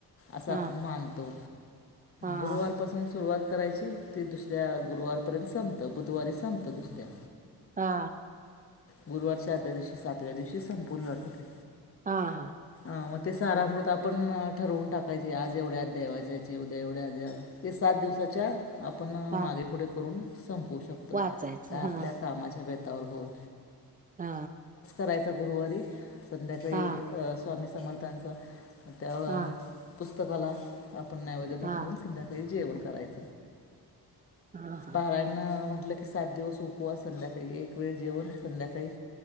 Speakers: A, on the left (about 35°); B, on the right (about 20°).
A: असं
B: हा
A: आपण मानतो
B: हा
A: गुरुवारपासून सुरुवात करायची ते दुसऱ्या गुरुवारपर्यंत संपत बुधवारी संपत दुसऱ्या
B: हा.
A: गुरुवारच्या अर्ध्या दिवशी सातव्या दिवशी संपून जात होते.
B: हा हा
A: मग ते सारामृत आपण ठरवून टाकायचे आज एवढे अध्याय वाचायचे उद्या एवढे अध्याय वाचायचे हे सा दिवसाच्या आपण
B: हा
A: मागे पुढे करून संपवू शकतोय
B: वाचायचं
A: काय
B: हा
A: आपल्या कामाच्या बेतावर होल
B: हा
A: करायचा गुरुवारी संध्याकाळी
B: हा
A: स्वामी समर्थांचं त्या
B: हा
A: पुस्तकाला आपण नैवेद दाखवून
B: हा हा
A: संध्याकाळी जेवण करायच
B: हा
A: पारायण म्ह म्हटलं की सात दिवस उपवास संध्याकाळी एक वेळ जेवण संध्याकाळी